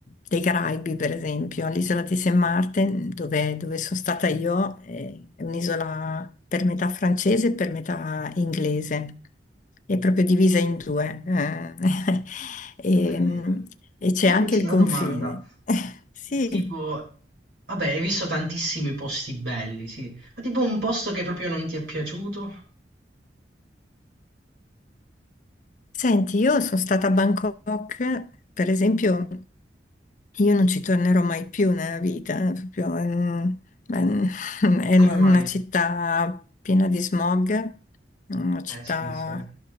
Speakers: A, on the left; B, on the right.
A: dei Caraibi, per esempio. All'isola di Saint Martin, dove, dove sono stata io, eh, è un'isola per metà francese e per metà inglese è proprio divisa in due, eh. <laughs> E,
B: Ho capito.
A: e c'è
B: E
A: anche
B: invece
A: il
B: una
A: confine.
B: domanda,
A: <laughs> Sì.
B: tipo, vabbè, hai visto tantissimi posti belli, sì, ma tipo un posto che proprio non ti è piaciuto?
A: Senti, io sono stata a Bangkok, per esempio, io non ci tornerò mai più nella vita, è proprio, mm, è un- <laughs> è
B: Come
A: una una
B: mai?
A: città piena di smog, una città
B: Eh sì, sì.